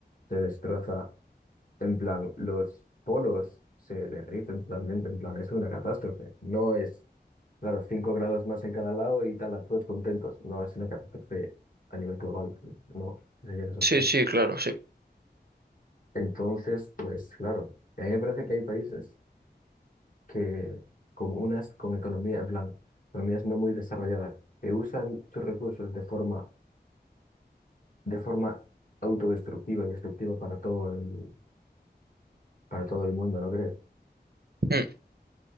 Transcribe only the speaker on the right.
Sí, sí, claro, sí.
Mm,